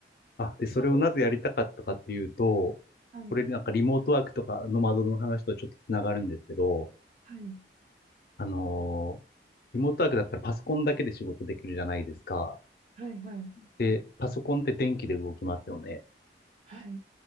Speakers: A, on the left; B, on the right.
A: あ、で、
B: そう。
A: それをなぜやりたかったかっていうと、
B: はい、
A: これなんかリモートワークとかノマドの話とちょっとつながるんですけど、
B: はい、
A: あのーリモートワークだったらパソコンだけで仕事できるじゃないですか。
B: はい、はい、
A: で、パソコンって電気で動きますよね。
B: はい、